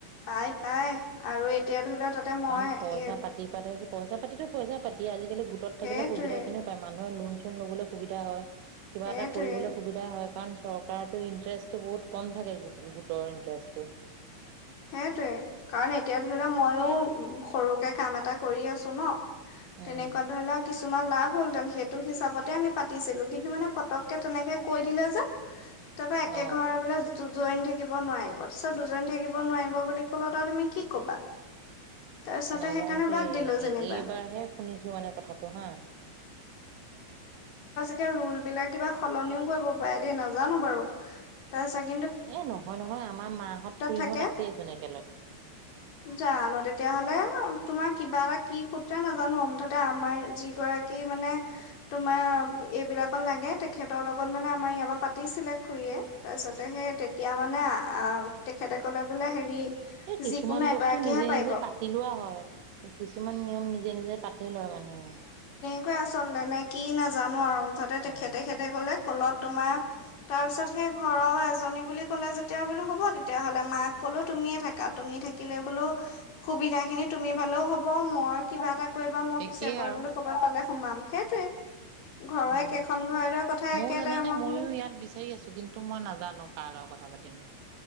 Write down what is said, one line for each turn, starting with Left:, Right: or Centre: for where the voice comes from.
Left: পাই-পাই আৰু এতিয়া ধৰি লোৱা তাতে মই
Right: কাৰণ পইচা
Left: এ
Right: পাতি পাতে সেই পইচা পইচাপাতিটো পইচাপাতিয়ে আজিকালি গোটত
Left: সেইটোৱে
Right: থাকিলে সুবিধাখিনিও পায়, মানুহে লোন চুন ল'বলৈ সুবিধা হয়। কিবা
Left: সেইটোৱে
Right: এটা কৰিবলৈ সুবিধা হয়, কাৰণ চৰকাৰতো ইন্টাৰেষ্টটো বহুত কম থাকে। গোটৰ ইণ্ট্ৰষ্টটো।
Left: সেইটোয়ে, কাৰণ এতিয়া ধৰিলেও ময়ো উম, সৰুকে কাম এটা কৰি আছো ন।
Right: উম,
Left: তেনেকুৱা ধৰি লও কিছু আমাৰ লাভ হ'লহেঁতেন, সেইটো হিচাপতে আমি পাতিছিলো, কিন্তু মানে পতকে তেনেকে কৈ দিলে যে তাপা একে
Right: অ'
Left: ঘৰৰ বোলে য জ জইন থাকিব নোৱাৰিব, পিছত দুজনী থাকিব নোৱাৰিব বুলি কলত আও তুমি কি ক'বা? তাৰপিছতে
Right: নাজানো
Left: সেইকাৰণে
Right: দেই,
Left: বাদ দিলো যেনিবা।
Right: এইবাৰহে শুনিছো মানে কথাটো হা।
Left: এতিয়া ৰোল বিলাক কিবা সলনিও কৰিব পাৰে দেই নাজানো বাৰু, তাৰচাগে
Right: এ নহয়-নহয়, আমাৰ মাহঁত-খুৰীহত
Left: থাকে
Right: আছেই চোন একে
Left: জানো, তেতিয়াহ'লে <unintelligible> তোমাৰ কিবা এটা কি সূত্ৰে নাজানো মুঠতে আমাৰ যি গৰাকী মানে তোমাৰ এইবিলাকৰ লাগে তেখেতৰ লগত মানে আমাৰ ইয়াৰ পৰা পাতিছিলে খুৰীয়ে, তাৰপিছতে সেই তেতিয়া মানে আ আও তেখেতে ক'লে বোলে হেৰি
Right: এই কিছুমান
Left: যিকোনো এগৰাকীহে
Right: বস্তু নিজে-
Left: পাৰিব
Right: নিজে পাতি লোৱা হয়, কিছুমান নিয়ম নিজে- নিজে পাতি তি লয় মানুহে
Left: কুৱাই আচলতে, নে কি নাজানো আৰু। মুঠতে তেখেতে
Right: অ'।
Left: সেদৰে কলে কলত তোমাৰ, তাৰ পিছত সেই ঘৰৰ এজনী বুলি ক'লে যেতিয়া বোলো হ'ব তেতিয়া হ'লে। মাক ক'লো তুমিয়ে থাকা, তুমি থাকিলে বোলো সুবিধা খিনি তুমি পালেও হ'ব। মই কিবা এটা কৰিবা মই
Right: একেই
Left: পিছে পৰে
Right: আৰু
Left: বোলো ক'ৰবাত পালে সোমাম, সেইটোৱে ঘৰৰে
Right: উম,
Left: কেইখন ঘৰেৰে কথা
Right: মও
Left: একেটাই
Right: জানানে
Left: মই
Right: মইো
Left: বোলো
Right: ইয়াত বিচাৰি আছো, কিন্তু মই নাজানো কাৰ লগত কথা পাতিম।